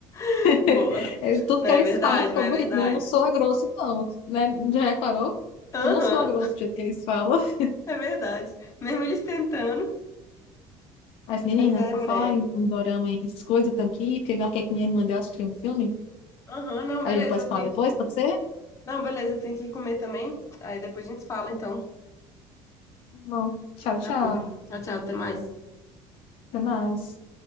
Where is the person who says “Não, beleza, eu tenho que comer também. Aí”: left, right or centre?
Left